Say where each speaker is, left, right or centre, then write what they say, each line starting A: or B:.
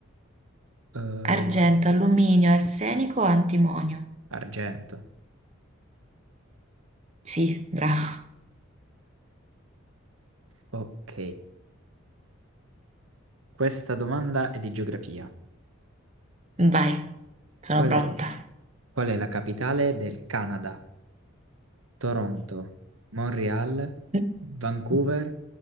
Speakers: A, on the right (about 75°); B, on the right (about 30°).
A: Eh,
B: Argento, alluminio, arsenico o antimonio?
A: argento.
B: Sì, bravo.
A: Ok. Questa domanda è di geografia.
B: Vai, sono
A: Qual
B: pronta.
A: è, qual è la capitale del Canada? Toronto, Montreal,
B: <laughs>
A: Vancouver,